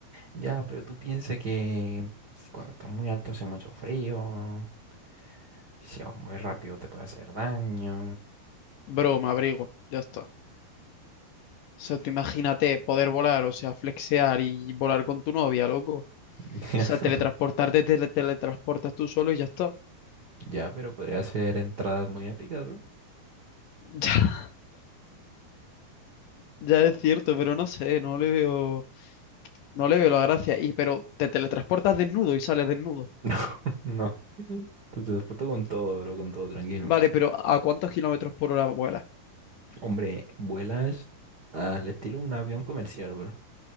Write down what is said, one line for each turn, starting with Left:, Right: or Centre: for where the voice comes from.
Right: Ya, pero tú piensas que pues, cuando estás muy alto hace mucho frío. Si vas muy rápido te puede hacer daño.
Left: Bro, me abrigo, ya está. O sea, tú imagínate poder volar, o sea, flexear y volar con tu novia, loco. O
Right: <laughs>
Left: sea, teletransportarte, te tele- teletransportas tú solo y ya está.
Right: Ya, pero podría hacer entradas muy épicas, bro.
Left: <laughs> Ya, ya es cierto, pero no sé, no le veo, no le veo la gracia. Y pero te teletransportas desnudo y sales desnudo.
Right: No, <laughs> no. Te transporto con todo, bro, con todo, tranquilo.
Left: Vale, pero ¿a cuántos kilómetros por hora vuelas?
Right: Hombre, vuelas al estilo de un avión comercial, bro.